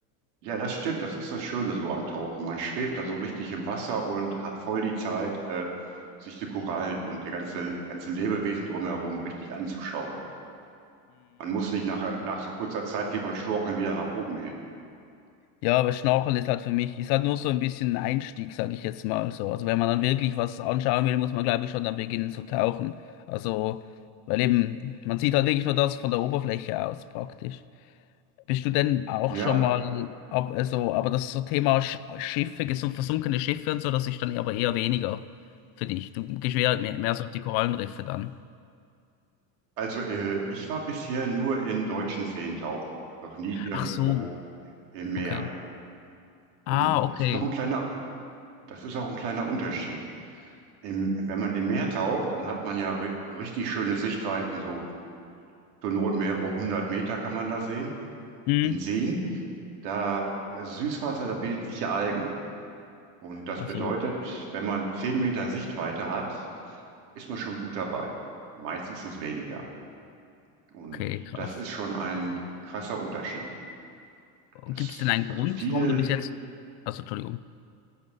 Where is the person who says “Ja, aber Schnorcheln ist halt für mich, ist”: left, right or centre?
Left